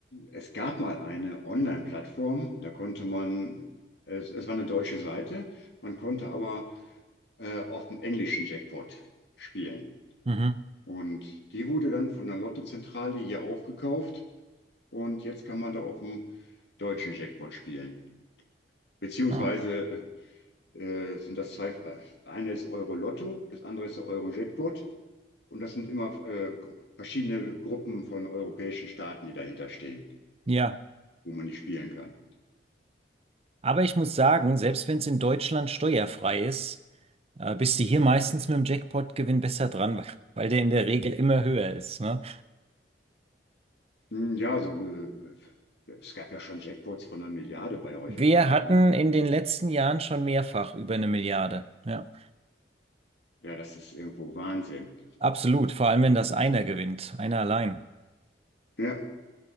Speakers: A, on the left; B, on the right.
A: es gab mal eine Online-Plattform, da konnte man, es, es war eine deutsche Seite, man konnte aber äh, auf den englischen Jackpot spielen.
B: Mhm.
A: Und die wurde dann von der Lottozentrale hier aufgekauft und jetzt kann man da auf dem deutschen Jackpot spielen. Beziehungsweise
B: Ah,
A: äh, äh, sind das zwei, äh, eine ist Euro-Lotto, das andere ist der Euro-Jackpot und das sind immer äh, verschiedene Gruppen von europäischen Staaten, die dahinter stehen,
B: Ja,
A: wo man die spielen kann.
B: aber ich muss sagen, selbst wenn es in Deutschland steuerfrei ist, äh, bist du hier meistens mit dem Jackpot-Gewinn besser dran, weil weil der in der Regel immer höher ist. Ne?
A: Hm, Ja, so, äh, es gab ja schon Jackpots von einer Milliarde bei euch
B: Wir
A: oder so,
B: hatten
A: ne?
B: in den letzten Jahren schon mehrfach über eine Milliarde. Ja,
A: Ja, das ist irgendwo Wahnsinn.
B: absolut. Vor allem, wenn das einer gewinnt, einer allein.
A: Ja,